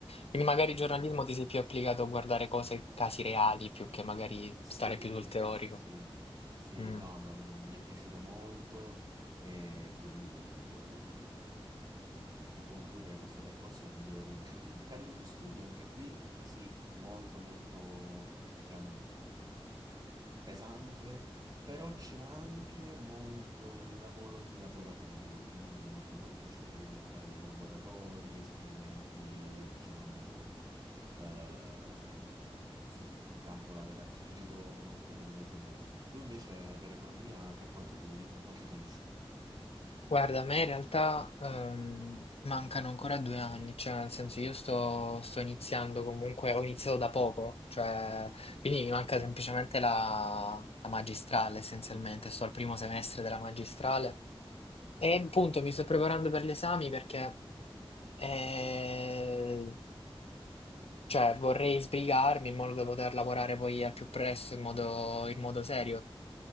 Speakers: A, on the left; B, on the right.
A: Quindi magari il giornalismo ti sei più applicato a guardare cose, casi reali, più che magari
B: Sì,
A: stare più sul teorico.
B: sì, sì, sì, sì,
A: Mm.
B: no, ma mi è piaciuta molto e quindi vedrò di, insomma, di, di concludere questo percorso nel migliore dei modi. Il carico di studi anche qui, sì, molto molto, diciamo, pesante, però c'è anche molto lavoro di laboratorio, quindi molte volte ci troviamo a fare laboratori, esperimenti, diciamo, eh, sul campo lavorativo, quindi è molto bello. Tu invece per economia tra quanto chiudi, tra quanto finisci?
A: Guarda, a me in realtà ehm, mancano ancora due anni, cioè nel senso io sto, sto iniziando comunque, ho iniziato da poco, cioè quindi mi manca
B: Eh,
A: semplicemente la, la magistrale essenzialmente, sto al primo semestre della magistrale e appunto mi sto preparando per gli esami perché eh, cioè, vorrei sbrigarmi in modo da poter lavorare poi al più presto in modo, in modo serio.